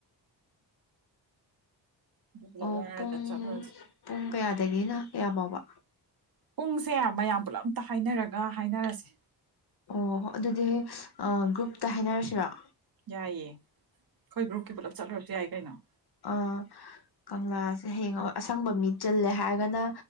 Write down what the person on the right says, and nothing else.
ꯑꯗꯨ ꯄꯨꯂꯞ
ꯋꯥꯏꯔꯒ
ꯆꯠꯂꯨꯔꯁꯤ
ꯄꯨꯡꯁꯦ ꯃꯌꯥꯝ ꯄꯨꯂꯞ ꯑꯇ ꯍꯥꯏꯅꯔꯒ ꯍꯥꯏꯅꯔꯁꯦ
ꯌꯥꯏꯌꯦ ꯑꯩꯈꯣꯏ ꯒ꯭ꯔꯨꯞꯀꯤ ꯄꯨꯂꯞ ꯆꯠꯂꯨꯔꯁꯨ ꯌꯥꯏ ꯀꯩꯅꯣ